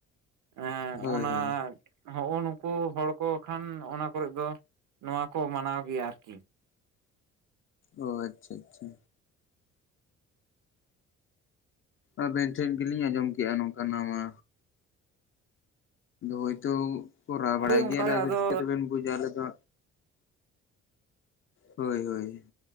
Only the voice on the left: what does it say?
ᱦᱳᱭ
ᱦᱳᱭ
ᱚᱻ ᱟᱪᱪᱷᱟ ᱟᱪᱪᱷᱟ ᱟᱵᱮᱱ ᱴᱷᱮᱱ ᱜᱮᱞᱤᱧ ᱟᱸᱡᱚᱢ ᱠᱼᱟ ᱱᱚᱝᱠᱟ ᱱᱟᱣᱟ ᱦᱳᱭᱛᱳ ᱠᱚᱨᱟᱣ ᱵᱟᱲᱟᱭ
ᱜᱮᱭᱟᱞᱮ
ᱟ ᱪᱤᱠᱟᱹᱛᱮᱵᱮᱱ ᱵᱩᱡᱟ ᱟᱞᱮ ᱫᱚ ᱦᱳᱭ ᱦᱳᱭ